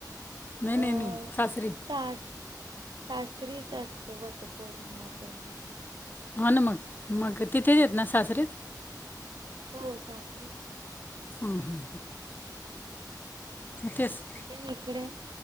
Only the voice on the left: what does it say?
नाही नाही
नाही सासरी
हा ना मग मग तिथेच येत ना सासरीत
हं, हं. मग तेच